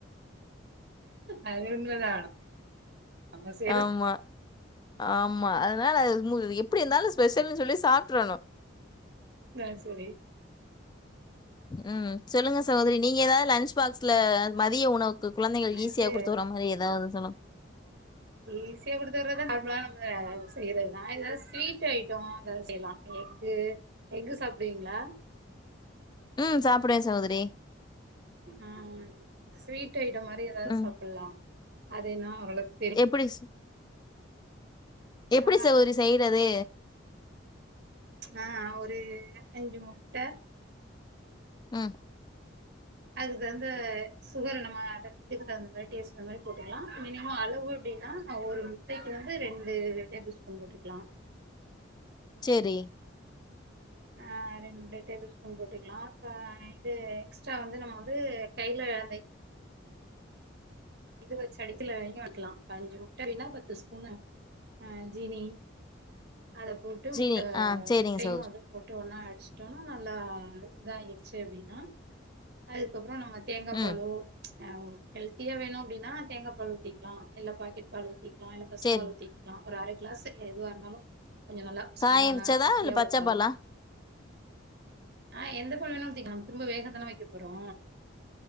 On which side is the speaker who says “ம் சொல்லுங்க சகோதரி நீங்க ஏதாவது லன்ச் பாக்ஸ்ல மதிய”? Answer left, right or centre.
Left